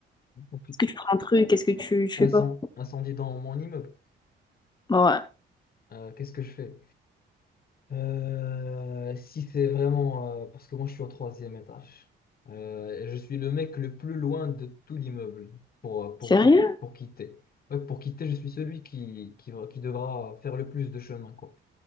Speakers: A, on the left; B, on the left.
A: Donc,
B: Est-ce que tu prends un truc? Est-ce que tu, tu fais
A: incen-
B: quoi?
A: incendie dans mon immeuble.
B: Ouais.
A: Euh, qu'est-ce que je fais? Euh, si c'est vraiment... euh, parce que moi, je suis au troisième étage. Euh, et je suis le mec le plus loin de tout l'immeuble pour, euh, pour,
B: Sérieux?
A: qui- pour quitter. Ouais, pour quitter, je suis celui qui, qui, qui devra faire le plus de chemin, quoi.